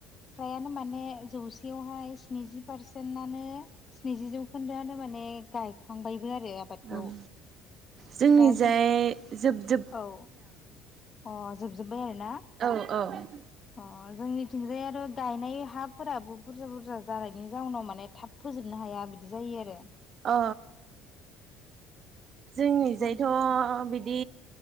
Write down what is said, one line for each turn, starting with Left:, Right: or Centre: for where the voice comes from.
Left: फ्रायानो माने जौसेयावहाय स्निजि पारसेन्टनो स्निजि जौखोन्दोआनो माने गायखांबायबो आरो आबादखौ
Right: ओम जोंनि
Left: दा जों
Right: जाय जोब जोब
Left: औ अ जोबजोब्बाय आरोना
Right: ओं औ औ
Left: अ जोंनिथिंजाय आरो गायनाय हाफोराबो बुरजा बुरजा जानायनि जाउनाव माने थाब फोजोबनो हाया बिदि जायो आरो
Right: अ जोंनिजायथ'
Left: औ
Right: बिदि